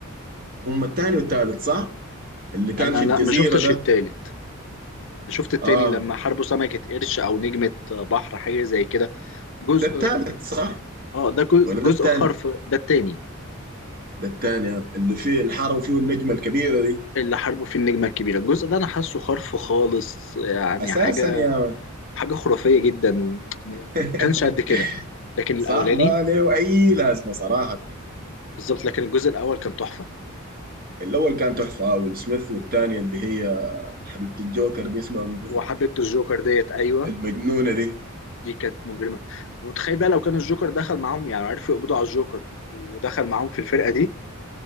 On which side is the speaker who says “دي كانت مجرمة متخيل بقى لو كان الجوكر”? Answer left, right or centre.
Left